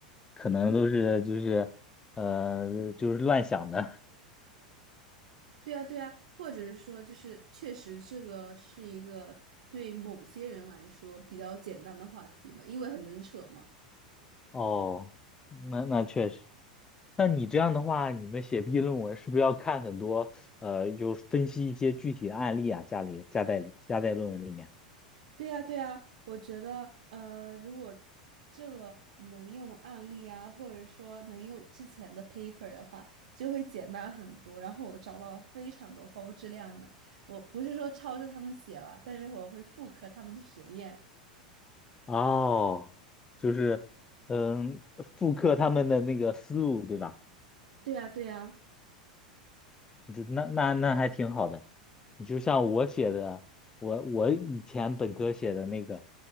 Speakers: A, on the left; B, on the right.
A: 可能都是就是呃，就是乱想的。
B: 对呀，对呀，或者是说，就是确实这个是一个对某些人来说比较简单的话题吧，因为很能扯嘛。
A: <laughs> 哦，那那确实。那你这样的话，你们写毕业论文是不是要看很多呃，就是分析一些具体的案例啊，家里加在里加在论文里面？
B: 对呀，对呀，我觉得，呃，如果这个能用案例啊，或者说能用之前的 paper 的话，就会简单很多。然后我找到了非常多高质量的，我不是说抄着他们写吧，但是我会复刻他们的实验。
A: 哦，就是嗯，复刻他们的那个思路，对吧？
B: 对呀，对呀，
A: 这那那那还挺好的。你就像我写的，我我以前本科写的那个，